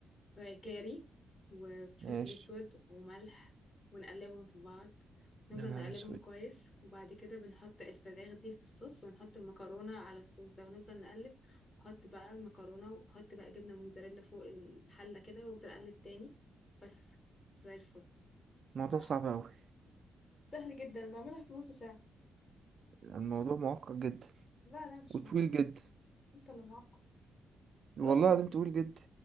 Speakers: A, on the left (about 35°); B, on the right (about 55°).
A: وكاري وفلفل
B: ماشي
A: اسود وملح ونقلبهم في بعض نفضل
B: يا نهار
A: نقلبهم
B: اسود
A: كويس وبعد كده بنحط الفراخ دي في الصوص ونحط المكرونة على الصوص ده ونفضل نقلب نحط بقى المكرونة وحط بقى جبنة موتزاريلا فوق الحلة كده وافضل اقلب تاني بس زي الفل
B: الموضوع
A: تحفة
B: صعب أوي
A: سهل جدا أنا بعملها في نص ساعة
B: الموضوع معقد جدا
A: لا لا مش
B: وطويل
A: معقد
B: جدا
A: انت اللي معقد
B: والله
A: راجل ما
B: العظيم طويل جدا